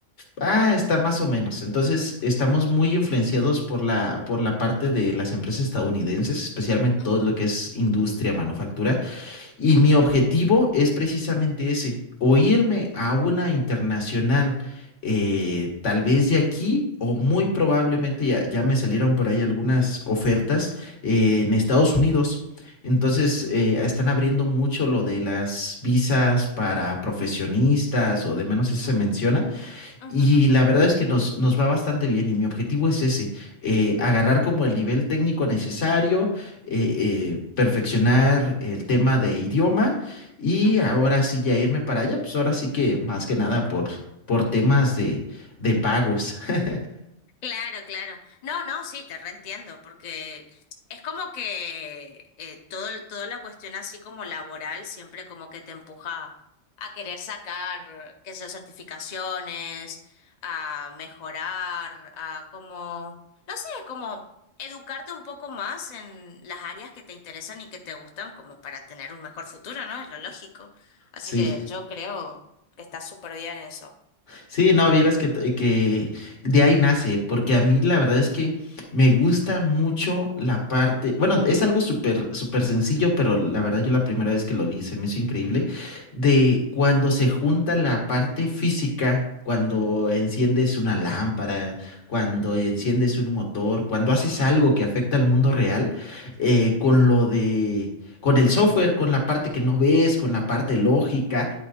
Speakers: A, on the left; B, on the left.
A: ah, está más o menos. Entonces, estamos
B: Ujú,
A: muy influenciados por la, por la parte de las empresas estadounidenses, especialmente
B: ujú,
A: todo lo que es industria, manufactura. Y
B: ujú,
A: mi objetivo es precisamente ese, o irme a una internacional, eh, tal vez de aquí, o muy probablemente ya, ya me salieron por ahí algunas ofertas eh, en Estados Unidos. Entonces, eh, están abriendo mucho lo de las visas para profesionistas o de menos eso se
B: ujú,
A: menciona.
B: ujú,
A: Y
B: ujú,
A: la verdad es que nos, nos va bastante bien y mi objetivo es ese, eh, agarrar como el nivel técnico necesario, eh, eh, perfeccionar el tema de idioma y
B: ujú,
A: ahora
B: ujú.
A: sí ya irme para allá, pues ahora sí que más que nada por, por temas de, de pagos. <laughs>
B: Claro, claro. No, no, sí, te reentiendo, porque es como que eh, todo, el- toda la cuestión así como laboral siempre como que te empuja a querer sacar, qué sé yo, certificaciones, a mejorar, a como, no sé, como educarte un poco más en las áreas que te interesan y que te gustan como para tener un mejor futuro, ¿no? Es lo lógico. Así
A: Sí.
B: que yo creo que está súper bien eso.
A: Sí, no, vieras que, t- que de ahí nace, porque a mí la verdad es que me gusta mucho la parte, bueno, es algo súper, súper sencillo, pero la verdad yo la primera vez que lo vi se me hizo increíble, de cuando se junta la parte física, cuando enciendes una lámpara, cuando enciendes un motor, cuando haces algo que afecta al mundo real, eh, con lo de, con el software, con la parte que no ves, con la parte lógica